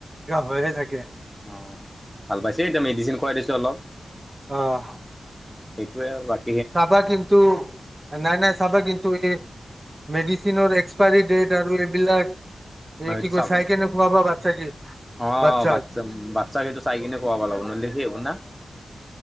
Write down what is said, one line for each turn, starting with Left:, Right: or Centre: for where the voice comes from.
Right: হয়হে থাকে।
Centre: অ' ভাল পাইছে এতিয়া মেডিচিন খুৱাই দিছো অলপ।
Right: অঁ!
Centre: সেইটোৱে, বাকি
Right: চাবা কিন্তু নাই, নাই চাবা কিন্ত এতিয়া মেডিচিনৰ এক্সপাইৰী ডেট আৰু এইবিলাক এই
Centre: অ এইটো
Right: কি কয়
Centre: চাব,
Right: চাই কেনে খোৱাবা বাচ্ছা কি
Centre: অ'
Right: বাচ্ছাক
Centre: বাচ্ছা বাচ্ছাক এইেটো চাই কিনে খোৱাব লাগিব নহলে হেৰি হ'ব না।